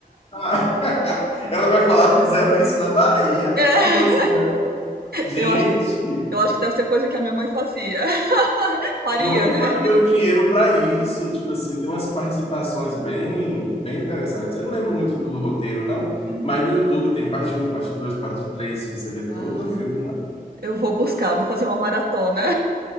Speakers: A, on the left (about 40°); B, on the right (about 85°).
A: Ah, <laughs> Ela vai falar, fizeram isso na Bahia.
B: <laughs>
A: Tipo assim,
B: É,
A: né? gente,
B: eu acho eu acho que deve ser coisa que a minha mãe fazia. faria,
A: De onde
B: né?
A: foi que veio o dinheiro para isso? Tipo assim, tem umas participações bem, bem interessantes. Eu não lembro muito do roteiro, não,
B: Uhum.
A: mas no YouTube tem parte um, parte 2, parte 3, você vê
B: Ah,
A: todo o filme lá.
B: eu vou buscar, vou fazer uma maratona.